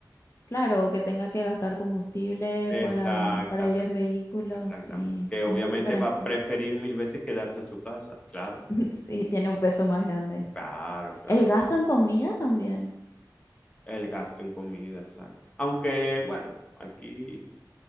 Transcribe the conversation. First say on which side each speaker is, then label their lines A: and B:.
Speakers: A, on the left; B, on the left.
A: Claro, o que tenga que gastar combustible
B: Exactamente,
A: para, para ir en vehículos,
B: exactamente.
A: sí,
B: Que obviamente
A: es muy diferente.
B: va a preferir mil veces quedarse en su casa, claro,
A: <laughs> Sí, tiene un peso más grande.
B: claro, claro.
A: El gasto en comida también,
B: El gasto en comida, exacto. Aunque, bueno, aquí,